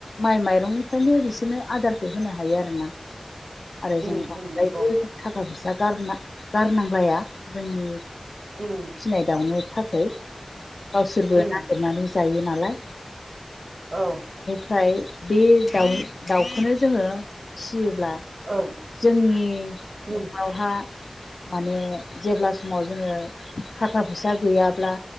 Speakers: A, on the left (about 85°); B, on the right (about 80°).
A: माइ माइरंनिफ्रायनो बिसोरनो आदारखौ होनो हायो आरोना आरो जों
B: उम उम
A: बांद्रायबो
B: नंगौ
A: जों थाखा फैसा गारना गारनांलाया जोंनि
B: उम
A: फिनाय दावनो थाखाय गावसोरबो
B: उम
A: नागिरनानै जायो नालाय
B: औ
A: फ्राय बे दाउ दाउखौनो जोङो फियो ब्ला
B: औ
A: जोंनि
B: उम
A: न'आवहा माने जेब्ला समाव जोङो थाखा फैसा गैयाब्ला